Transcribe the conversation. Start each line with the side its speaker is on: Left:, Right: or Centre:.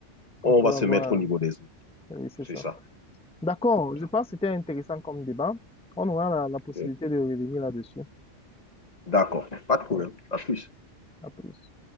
Centre: qu'on
Left: on
Centre: pourrait
Left: va se
Centre: avoir.
Left: mettre au niveau des autres.
Centre: Oui, c'est
Left: C'est
Centre: ça.
Left: ça.
Centre: D'accord,
Left: C'est comme
Centre: je
Left: ça.
Centre: pense que c'était intéressant comme débat. On aura la, la
Left: Ok.
Centre: possibilité de revenir là-dessus.
Left: D'accord. Pas de problème.
Centre: Voilà,
Left: À plus.
Centre: à plus.